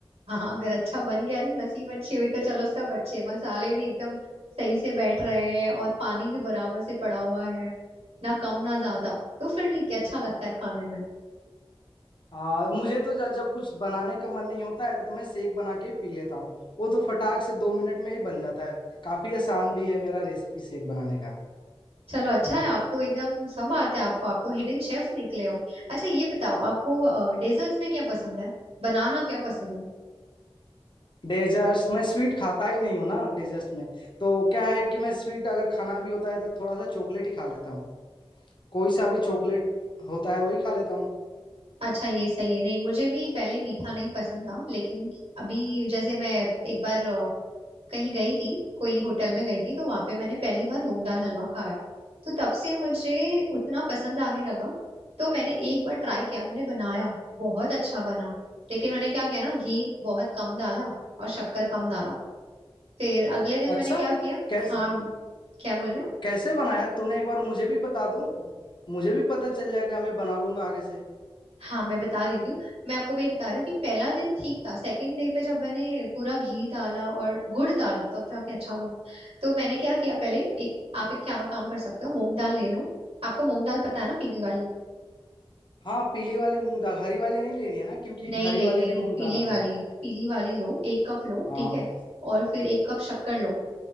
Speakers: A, on the right; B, on the left.
A: हाँ हाँ, अगर अच्छा बन गया ना नसीब अच्छी हुई तो चलो सब अच्छे मसाले भी एकदम सही से बैठ रहे हैं और पानी भी बराबर से पड़ा हुआ है ना कम ना ज्यादा तो फिर ठीक है अच्छा लगता है खाने में
B: आ, मुझे तो जब जब कुछ बनाने का मन नहीं होता है तो मैं शेक बना के पी लेता हूँ वो तो फटाक से दो मिनट में ही बन जाता है काफी आसान भी है मेरा रेसिपी शेक बनाने का
A: चलो अच्छा है आप तो एकदम सब आते हैं आपको आप तो हिडन शेफ निकले हो अच्छा ये बताओ आपको डेजर्ट्स में क्या पसंद है बनाना क्या पसंद है
B: डेजर्ट्स मैं स्वीट खाता ही नहीं हूँ ना डेजर्ट्स में तो क्या है कि मैं स्वीट अगर खाना भी होता है तो थोड़ा सा चॉकलेट ही खा लेता हूँ कोई सा भी चॉकलेट होता है वही खा लेता हूँ
A: अच्छा ये सही है नहीं मुझे भी पहले मीठा नहीं पसंद था लेकिन अभी जैसे मैं एक बार अ, कहीं गई थी कोई होटल में गई थी तो वहां पे मैंने पहली बार मूंग दाल हलवा खाया तो तब से मुझे उतना पसंद आने लगा तो मैंने एक बार ट्राई किया मैंने बनाया बहुत अच्छा बना लेकिन मैंने क्या किया ना घी बहुत कम डाला और शक्कर कम डाला फिर अगले दिन
B: अच्छा
A: मैंने क्या किया
B: कैस
A: हाँ क्या बोल रहे हो
B: कैसे बनाया तुमने एक बार मुझे भी बता दो मुझे भी पता चल जाएगा मैं बना लूंगा आगे से
A: हाँ मैं बता देती हूँ मैं आपको वही बता रही हूँ कि पहला दिन ठीक था सेकंड डे पे जब मैंने पूरा घी डाला और गुड़ डाला तब जाके अच्छा बना तो मैंने क्या किया पहले एक आप एक क्या काम कर सकते हो मूंग दाल ले लो आपको मूंग दाल पता है ना पीली वाली
B: हाँ पीली वाली मूंग दाल हरी वाली नहीं लेनी है ना क्योंकि एक
A: नहीं
B: हरी
A: नहीं
B: वाली
A: नहीं
B: भी
A: नहीं
B: मूंग
A: पीली
B: दाल आती
A: वाली
B: है
A: पीली वाली लो एक कप लो
B: हाँ
A: ठीक है और फिर एक कप शक्कर लो